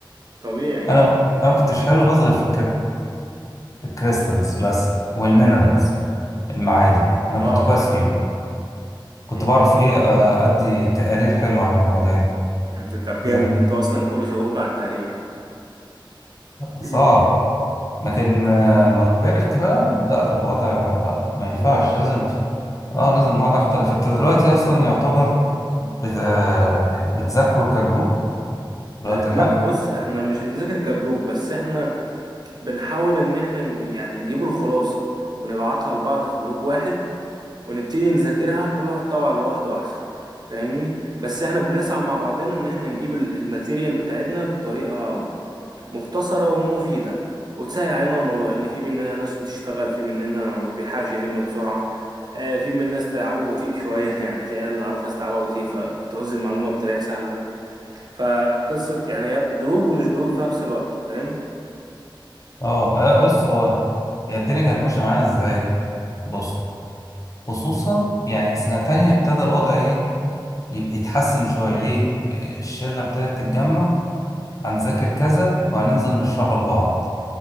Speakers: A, on the right; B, on the left.
A: طبيعي
B: أنا أنا ما كنتش حلو بس غير في الكريستالز بس والمينرالز المعادن أنا
A: اه
B: كنت كويس
A: فاهم
B: فيهم كنت
A: امم
B: بعرف ايه آه، ادي تقارير حلوه عن المواضيع دي
A: انت طب
B: لك
A: جامد انتوا اصلا كل شغلكم على التقرير
B: صعب
A: امم
B: لكن آه، ما كبرت بقى لا الوضع لا ما ينفعش
A: الوضع اختلف
B: لازم اه لازم الوضع اختلف انت دلوقتي اصلا يعتبر بت... آه، يعني بتذاكروا كجروب الوقت
A: آه،
B: الحالي
A: لا بص احنا مش بنذاكر كجروب بس احنا بنحاول ان احنا ن- يعني نجيب الخلاصة ونبعتها لبعض في جروب واحد ونبتدي نذاكرها كل واحد طبعا لوحده احسن فاهمني بس احنا بنسعى مع بعضنا ان احنا نجيب ال- الماتيريال بتاعتنا بطريقة مختصرة ومفيدة وتسهل علينا الموضوع لأن في مننا ناس بتشتغل في مننا ما بيلحقش يلم بسرعة آه، في مننا ناس تعبه بطيء شوية <laughs> يعني في عيال نعرفها استيعابها بطيء فبتعوز المعلومة بطريقة سهلة فقصة يعني هي جروب ومش جروب في نفس الوقت فاهم
B: اه آه، بص هو هي الدنيا كانت ماشيه معانا ازاي بص خصوصا يعني سنه تانية ابتدى الوضع ايه يبقى يتحسن شويه ليه الشله ابتدت تتجمع هنذاكر كذا وهننزل نشرحه لبعض